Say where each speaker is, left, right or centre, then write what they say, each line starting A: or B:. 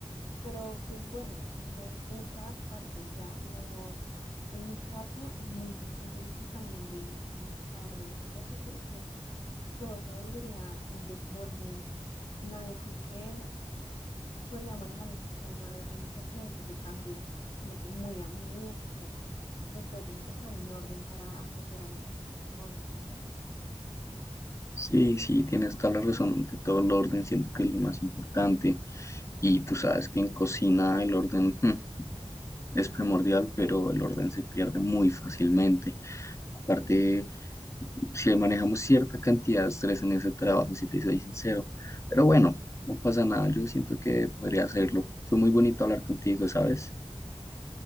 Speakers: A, on the left (about 55°); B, on the left (about 25°).
A: pero pues bueno, como que tienes que adaptarte ya, digamos, en mi caso es muy difícil que cambien de administrador o de jefe porque todo se volvería un desorden, nadie como que podría manejar un sistema de organización que se cambie como que muy a menudo porque pues todo tiene que estar en orden para atender a las personas y eso.
B: Sí, sí, tienes toda la razón, ante todo el orden siento que es lo más importante. Y tú sabes que en cocina el orden, mm, es primordial, pero el orden se pierde muy fácilmente. Aparte, si manejamos cierta cantidad de estrés en ese trabajo, si te soy sincero. Pero bueno, no pasa nada, yo siento que podría hacerlo. Fue muy bonito hablar contigo, ¿sabes?